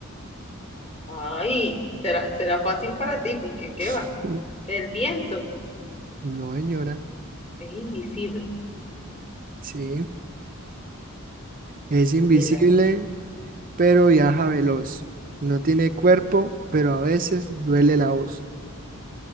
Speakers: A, on the left (about 30°); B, on the right (about 40°).
A: Ay, será, será fácil para ti, porque ¿qué va?
B: <laughs>
A: El viento
B: No, señora.
A: es invisible,
B: Sí. Es invisible,
A: el a-
B: pero viaja veloz. No tiene cuerpo, pero a veces duele la voz.